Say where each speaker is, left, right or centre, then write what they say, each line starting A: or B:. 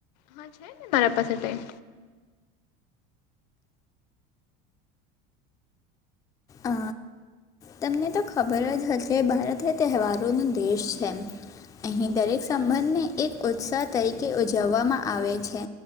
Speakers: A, on the left; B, on the left.
A: હા છે ને મારા પાસે ટાઈમ
B: અ તમને તો ખબર હશે ભારત એ તહેવારોનો દેશ છે. અહીં દરેક સંબંધને એક ઉત્સાહ તરીકે ઉજવવામાં આવે છે.